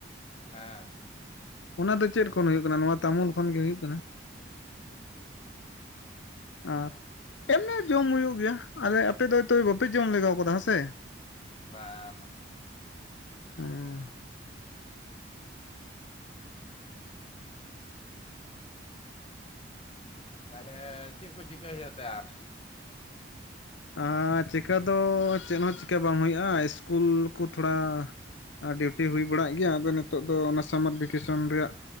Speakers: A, on the left (about 30°); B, on the left (about 80°).
A: ᱦᱮᱸ
B: ᱚᱱᱟ ᱫᱚ ᱪᱮᱫ ᱠᱷᱚᱱ ᱦᱩᱭᱩᱜ ᱠᱟᱱᱟ ᱱᱚᱣᱟ ᱛᱟᱢᱩᱞ ᱠᱷᱚᱱ ᱜᱮ ᱦᱩᱭᱩᱜ ᱠᱟᱱᱟ <unintelligible>
A: ᱦᱩᱸ
B: ᱟᱨ ᱫᱚᱢᱮ ᱡᱚᱢ ᱦᱩᱭᱩᱜ ᱜᱮᱭᱟ ᱟᱞᱮ ᱟᱯᱮ ᱫᱚ ᱦᱚᱭᱛᱳ ᱵᱟᱯᱮ ᱡᱚᱢ ᱞᱮᱜᱟᱣ ᱠᱟᱫᱟ ᱦᱮᱸ ᱥᱮ
A: ᱵᱟ ᱵᱟ
B: ᱚᱸ ᱻ
A: ᱟᱨ
B: <inaudible>
A: ᱛᱟᱦᱚᱞᱮ ᱪᱮᱫ ᱠᱚ ᱪᱤᱠᱟᱹᱭ ᱦᱩᱭᱩᱜ ᱛᱮ ᱟᱨ
B: ᱟᱸᱻ ᱪᱤᱠᱟᱹ ᱫᱚ ᱪᱮᱫ ᱦᱚᱸ ᱪᱤᱠᱟᱹ ᱵᱟᱝ ᱦᱩᱭᱩᱜᱼᱟ ᱤᱥᱠᱩᱞ ᱠᱚ ᱛᱷᱚᱲᱟ ᱟᱨ ᱰᱤᱣᱴᱤ ᱦᱩᱭ ᱵᱟᱲᱟᱜ ᱜᱮᱭᱟ ᱟᱫᱚ ᱱᱤᱛᱚᱜ ᱫᱚ ᱚᱱᱟ ᱥᱟᱢᱟᱨ ᱵᱷᱮᱠᱮᱥᱚᱱ ᱨᱮᱭᱟᱜ